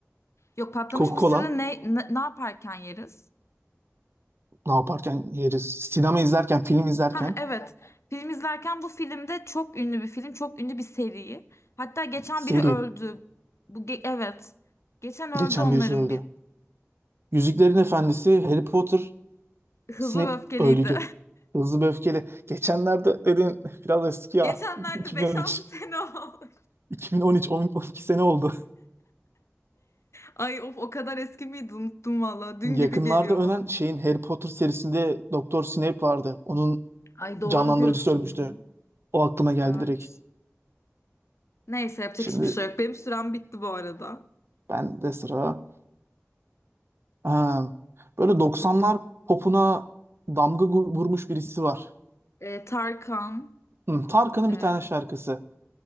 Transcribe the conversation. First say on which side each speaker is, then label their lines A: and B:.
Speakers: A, on the left (about 70°); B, on the right (about 55°).
A: Yok patlamış
B: Coca-Cola.
A: mısırı ne, ne ne yaparken yeriz?
B: Ne yaparken yeriz? Sinema izlerken, film izlerken.
A: Ha evet. Film izlerken bu filmde çok ünlü bir film, çok ünlü bir seri. Hatta geçen
B: Seri.
A: biri öldü. Bu ge- evet. Geçen öldü
B: Geçen
A: onların
B: birisi öldü.
A: biri.
B: Yüzüklerin Efendisi, Harry Potter,
A: Hızlı
B: Snape
A: ve öfkeliydi.
B: öldüydü. Hızlı ve Öfkeli. Geçenlerde dedin <laughs> biraz eski
A: <laughs>
B: ya.
A: Geçenlerde
B: <laughs> 2013.
A: beş altı sene oldu.
B: 2013, 10 12 sene oldu.
A: Ay of o kadar eski miydi unuttum valla. Dün
B: Yakınlarda
A: gibi geliyor
B: ölen
A: bana.
B: şeyin Harry Potter serisinde Doktor Snape vardı. Onun
A: Ay doğru
B: canlandırıcısı
A: diyorsun.
B: ölmüştü. O aklıma geldi
A: Evet.
B: direkt.
A: Neyse yapacak
B: Şimdi
A: hiçbir şey yok. Benim sürem bitti bu arada.
B: ben de sıra. Ha, böyle 90'lar popuna damga gu- vurmuş birisi var.
A: Ee, Tarkan,
B: Hı, Tarkan'ın
A: e,
B: bir tane şarkısı.